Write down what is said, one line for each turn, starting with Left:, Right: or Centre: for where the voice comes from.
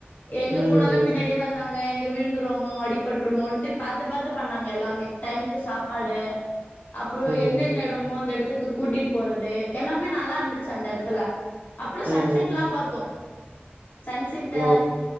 Left: எங்க
Right: ம்
Left: போனாலு
Right: ம்
Left: பின்னாடியே வந்தாங்க எங்க விழுந்துருவமோ அடிபட்டுருமோட்டு பாத்து பாத்து பண்ணாங்க எல்லாமே டைமுக்கு சாப்பாடு அப்பறோ எந்தெந்த
Right: ம்
Left: எடமோ அந்த எடத்துக்கு கூட்டிட்டு போறது எல்லாமே நல்லா இருந்துச்சு அந்த எடத்துல அப்பறோ
Right: ம்.
Left: சன்செட்லா பாத்தோ சன்செட்ட
Right: ஓ!